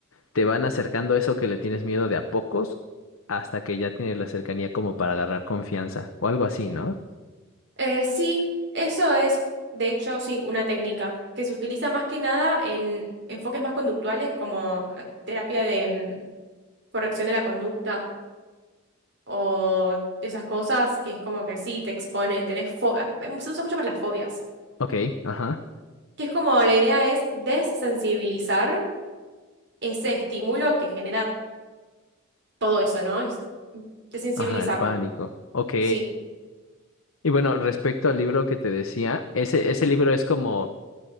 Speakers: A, on the left (about 70°); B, on the right (about 55°).
A: te van acercando eso que le tienes miedo de a pocos hasta que ya tienes la cercanía como para agarrar confianza o algo así, ¿no?
B: Eh, sí, eso es, de hecho, sí, una técnica que se utiliza más que nada en enfoques más conductuales como la terapia de mm, corrección de la conducta o de esas cosas que es como que sí, te exponen, tenés fo- ah, em, se usa mucho para las fobias,
A: Ok, ajá,
B: que es como la idea es desensibilizar ese estímulo que genera todo eso, ¿no? Es mm, desensibilizarlo.
A: ajá, el pánico. Ok.
B: Sí.
A: Y bueno, respecto al libro que te decía, ese, ese libro es como